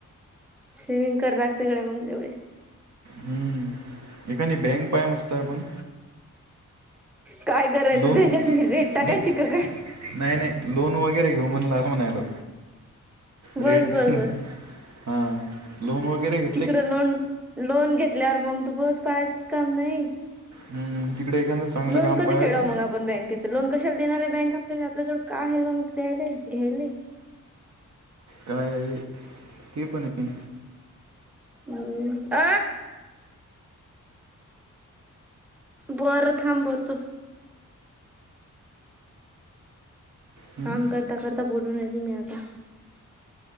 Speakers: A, in the centre; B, on the right.
A: सेविंग करावं लागतं मग तेवढे
B: हम्म हे काय बँक हाय मस्त आपण
A: काय करायचं
B: लोन
A: त्याच्यात म रेट टाकायची
B: नाही
A: की काय
B: नाही नाही लोण वगैरे घेऊ म्हणल असं म्हणायलो
A: बस
B: रेट
A: बस बस
B: हा लोन वगैरे घ
A: तिकड लोन लोन घेतल्यावर मग तू बस कायच काम नाही
B: हम्म, तिकडे एखादं चांगलं
A: लोन
B: काम
A: कधी
B: पाहायचं
A: फेडवा मग आपण बँकेच लोन कशाला देणार आहे बँक आपल्याला आपल्या जवळ का आहे लोन द्यायले घ्यायले
B: काय आहे ते पणआहे
A: हम्म आ बरं थांब भरतो
B: हम्म,
A: काम करता करता बोलू राहिले आता